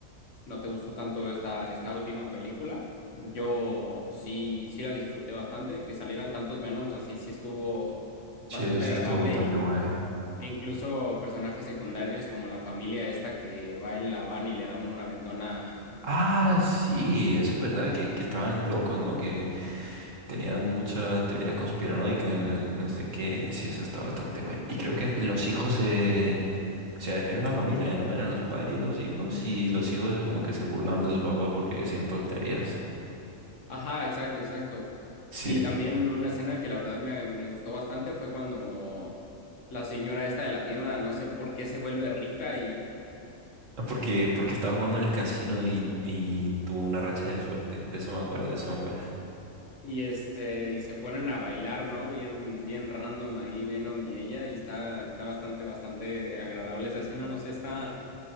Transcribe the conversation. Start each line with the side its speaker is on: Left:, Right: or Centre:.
Left: ¿No te gustó tanto esta, esta última película? Yo sí, sí la disfruté bastante, que salieran tantos Venoms así, sí estuvo
Right: sí,
Left: bastante
Right: eso sí
Left: agradable
Right: estuvo bastante
Left: e, in-
Right: guay.
Left: e incluso personajes secundarios como la familia esta que va en la van y le dan una ventona.
Right: Ah, sí, eso es verdad, que, que estaban locos, ¿no? Que Tenía mucha teoría conspiranoica y no, no sé qué. Sí, eso está bastante güey. Y creo que los hijos, eh, o sea, era una familia, ¿eh, ¿no? Eran los padres y los hijos. Y los hijos como que se burlaban de sus papás porque decían tonterías.
Left: Ajá, exacto, exacto.
Right: Sí,
Left: Y
Right: Eso.
Left: también una escena que la verdad me, me gustó bastante fue cuando la señora esta de la tienda, no sé por qué se vuelve rica
Right: porque, porque estaba jugando en el casino y, y tuvo una racha de suerte. De eso me acuerdo, de eso me acuerdo.
Left: Y este, y se ponen a bailar, ¿no? Bien, bien random ahí, Venom y ella, y está, está bastante, bastante agradable esa escena, no sé, está